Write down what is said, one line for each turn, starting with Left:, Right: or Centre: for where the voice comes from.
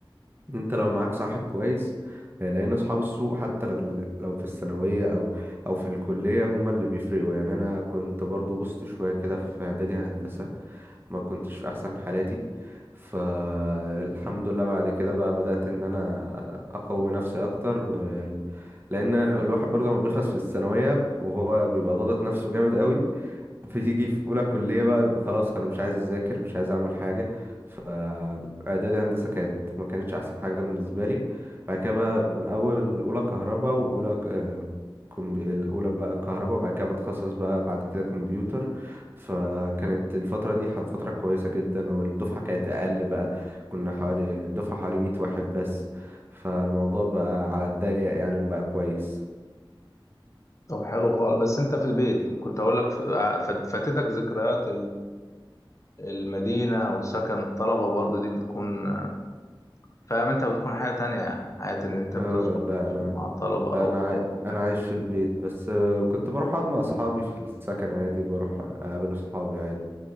Right: إن انت لو معاك صاحب كويس آه، لان اصحاب السوق حتى ل- لو في الثانويه او او في الكليه هم اللي بيفرقوا يعني انا كنت برضو بوظت شويه كده في اعدادي هندسه ما كنتش في احسن حالاتي فالحمد لله بعد كده بقى بدات ان انا اقوي نفسي اكتر و... لان الواحد برضه لما بيخلص في الثانويه وهو بيبقى ضاغط نفسه جامد قوي بتيجي في اولى كليه بقى ب- خلاص انا مش عايز اذاكر مش عايز اعمل حاجه فاعدادي هندسه كانت ما كانتش احسن حاجه بالنسبه لي بعد كده بقى من اول اولى كهرباء واولى ك- آه، كم- الاولى بقى كهرباء بعد كده بتخصص بقى بعد كده كمبيوتر فكانت الفتره دي ح- فتره كويسه جدا والدفعه كانت اقل بقى كنا حوالي الدفعه حوالي 100 واحد بس فالموضوع بقى على الضيق يعني وبقى كويس
Left: طب حلو خالص بس انت في البيت كنت اقول لك ف- ع- فاتتك ذكريات المدينة وسكن الطلبة برضو دي بتكون فاهم انت بتكون حياة تانية يعني حياة ان انت
Right: اه
Left: بتسكن
Right: لا
Left: في-
Right: انا
Left: مع الطلبة
Right: لا
Left: او
Right: انا
Left: في
Right: عاي...
Left: المدينة
Right: انا عايش في البيت بس آه، كنت بروح اقعد مع اصحابي في السكن عادي بروح اقابل اصحابي عادي